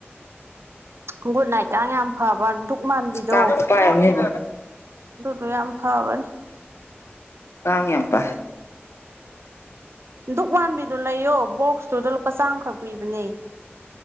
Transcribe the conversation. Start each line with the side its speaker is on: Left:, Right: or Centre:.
Right: ꯒꯨꯗ ꯅꯥꯏꯠꯥꯡ ꯌꯥꯝ ꯐꯕ ꯃꯥꯟꯕꯤꯗꯣ
Left: ꯀꯥꯈ ꯄꯥꯏꯅꯤꯕ
Right: ꯁ꯭ꯌꯥꯝ ꯐꯅꯤ
Left: ꯀꯥꯉꯄꯥ
Right: ꯙꯛ ꯃꯥꯟꯕꯤꯗꯨ ꯂꯩꯌꯣ ꯕꯣꯛꯁꯇꯨꯗ ꯂꯨꯄꯥ ꯆꯥꯝꯃꯈꯛ ꯄꯤꯕꯅꯦ